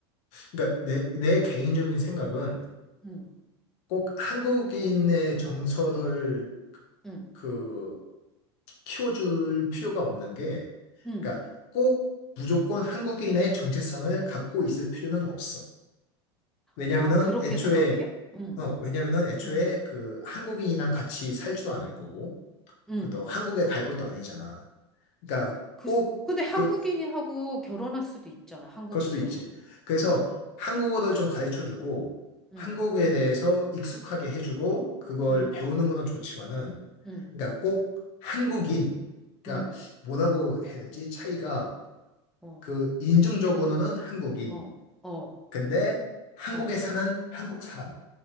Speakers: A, on the left (about 60°); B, in the centre.
A: 그러니까 내, 내 개인적인 생각은
B: 응,
A: 꼭 한국인의 정서를
B: 응,
A: 그 키워줄 필요가 없는 게,
B: 응.
A: 그러니까 꼭 무조건 한국인의 정체성을 갖고 있을 필요는 없어. 왜냐면은
B: 아, 그렇게
A: 애초에
B: 생각해? 응.
A: 어, 왜냐면은 애초에
B: 응.
A: 그 한국인이랑 같이 살지도 않을 거고,
B: 응.
A: 그것도 한국에 갈 것도 아니잖아. 그러니까
B: 그,
A: 꼭
B: 근데 한국인이
A: 그,
B: 하고 결혼할 수도 있잖아. 한국
A: 그럴 수도
B: 여자랑.
A: 있지. 그래서
B: 응.
A: 한국어를 좀 가르쳐주고
B: 응.
A: 한국에 대해서 익숙하게 해주고 그걸
B: 응.
A: 배우는 거는 좋지만은
B: 응.
A: 그러니까 꼭 한국인 그러니까
B: 응.
A: 뭐라고 해야 되지? 차이가
B: 어.
A: 그 인종적으로는 한국인
B: 어. 어.
A: 근데 한국에
B: 어.
A: 사는 한국 사람